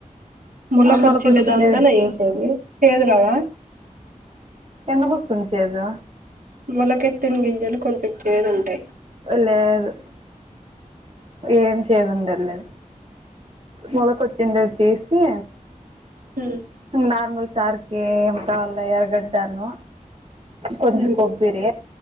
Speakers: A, on the right (about 85°); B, on the right (about 45°).
A: మొలక
B: మొలకొచ్చింది
A: వచ్చిన దాంతోనే ఏసేది చేదు రాదా
B: ఎందుకోస్తుంది చేదు
A: మొలకెత్తిన గింజలు కొంచెం చేదు ఉంటాయి
B: లేదు ఏం చేదు ఉండదు లే మొలకొచ్చిండది తీసి
A: హ
B: నార్మల్ సార్కి ఏంటవార్గడ్ను కొంచం
A: మ్మ్
B: కొబ్బరి